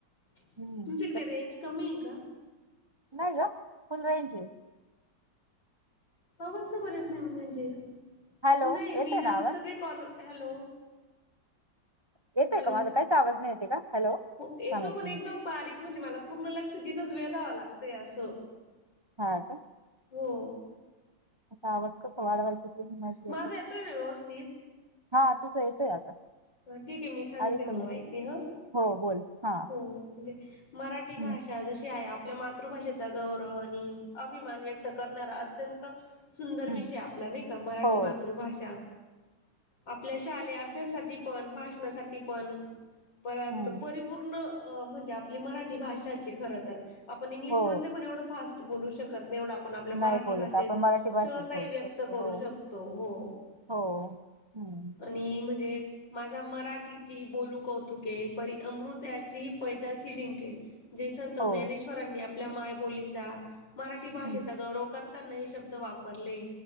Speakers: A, on the left (about 75°); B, on the right (about 25°).
A: तुमच्याकडे
B: हम्म
A: रेंज कमी हाय का?
B: नाय ग फुल रेंज ए.
A: आवाज का बर येत नाय मी म्हणजे?
B: हॅलो
A: नाय मी
B: येतोय
A: ज
B: ना
A: आता
B: आवाज
A: सगळे कॉल हॅलो
B: येतोय
A: हॅलो
B: का माझा काहीच आवाज नाही येते का हॅलो
A: हो येतो
B: थांब एक
A: पण एकदम
B: मिनिट
A: बारीक. म्हणजे मला पूर्ण लक्ष तिथंच वेधावं लागतंय असं.
B: हा का.
A: हो.
B: आता आवाज कसा वाढवायच ते नाय माहिती
A: माझा
B: याच्यात.
A: येतोय ना व्यवस्थित
B: हा तुजा येतोय आता.
A: हा ठीक ए मी सांगते
B: अरे कमी
A: म माहिती हा.
B: हो बोल हा.
A: हो म्हणजे मराठी
B: हम्म
A: भाषा जशी आय आप आपल्या मातृभाषेचा गौरव आणि अभिमान व्यक्त करणारा अत्यंत सुंदर
B: हम्म
A: विषय आपला नाई का मराठी
B: हो
A: मातृभाषा आपल्या शालेय अभ्यासाठी पण भाषणासाठी पण परत
B: हम्म
A: परिपूर्ण अ म्हणजे आपली मराठी भाषाच ए खर तर आपण इंग्लिशमध्ये
B: हो
A: पण एवढं फास्ट बोलू शकत एवढं आपण आपल्या मराठी
B: नाही बोलत
A: भाषेत
B: आपण मराठी भाषेत
A: सगळ काही
B: बोलू
A: व्यक्त
B: शकतो
A: करू
B: हो
A: शकतो हो.
B: हो हम्म.
A: आणि म्हणजे माझ्या मराठीची बोलू कौतुके, परी अमृत्याची पैजाची जिंके. जे संत
B: हो
A: ज्ञानेश्वरांनी आपल्या मायबोलीचा मराठी भाषेचा
B: हम्म
A: गौरव कर ''--'' ताना हे शब्द वापरले